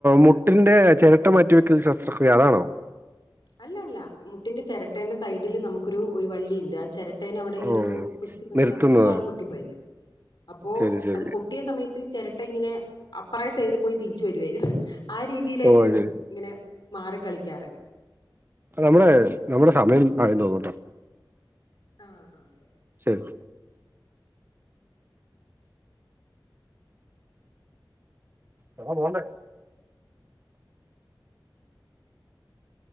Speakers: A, on the right; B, on the left.
A: മുട്ടിന്റെ ചിരട്ട മാറ്റി വെക്കൽ ശസ്ത്രക്രിയ അതാണോ
B: അല്ല അല്ല മുട്ടിന്റെ ചിരട്ടേന്റെ സൈഡില് നമുക്കൊരു ഒരു വള്ളിയുണ്ട് ആ ചരട്ട ചരട്ടെന അവിടെ ഇങ്ങനെന്ന്
A: ഓ!
B: പിടിച്ചു നിർത്താൻ
A: നിർത്തുന്നതോ?
B: പറ്റിയ അതാണ് പൊട്ടിപ്പോയത് അപ്പോ
A: ശരി, ശരി.
B: അത് പോ പൊട്ടിയ സമയത്ത് ചരട്ട ഇങ്ങനെ അപ്പറേ സൈഡിൽ പോയി തിരിച്ചു വരുവായിയിരുന്നു ആ രീതിയിലായിരുന്നു
A: ഓ! അത് ശരി.
B: ഇങ്ങനെ മാറി കളിക്കാറ്
A: നമ്മടെ നമ്മടെ സമയം ആയി തോന്നൂട്ടോ
B: ആഹ് ആഹ് ശരി ശരി
A: ശരി എന്നാ പോൻണ്ടേ